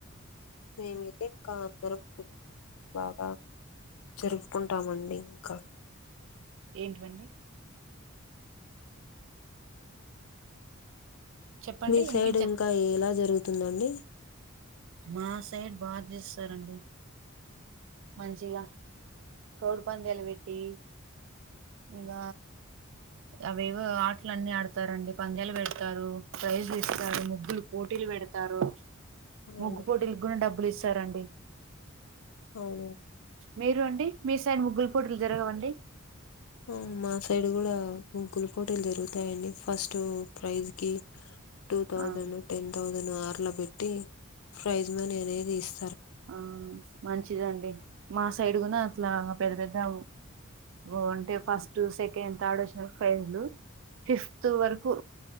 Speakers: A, on the left; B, on the right.
A: మేమైతే కాకర పు బాగా జరుపుకుంటామండి ఇంకా
B: ఏంటివండి చెప్పండి
A: మీ
B: వినిపించట్లే
A: సైడు ఇంకా ఎలా జరుగుతుందండి.
B: మా సైడ్ బాగ చేస్సరండి మంచిగా కోడి పందెలు పెట్టి ఇగ అవేవో ఆటలు అన్ని ఆడతారండి పందాలు పెడతారు ప్రైజ్లు ఇస్తారు ముగ్గులు పోటీలు పెడతారు
A: అవును
B: ముగ్గుపోటీలు గున్ డబ్బులు ఇస్తారండి
A: అవునా?
B: మీరు అండి మీ సైడ్ ముగ్గుల్ పోటీలు జరగవా అండి?
A: ఆ మా సైడ్ కూడా ముగ్గుల పోటీలు జరుగుతాయండి ఫస్ట్ ప్రైజ్ కి టూ థౌసండ్
B: ఆ
A: టెన్ థౌసండ్ ఆర్లా పెట్టి ప్రైజ్ మనీ అనేది ఇస్
B: ఆ మంచిదండి మా సైడ్ గూనా అట్లా పెద్ద పెద్ద ఓ అంటే ఫస్టు, సెకండ్, థార్డ్ వచ్చిన ప్రైజ్లు ఫిఫ్త్ వరకు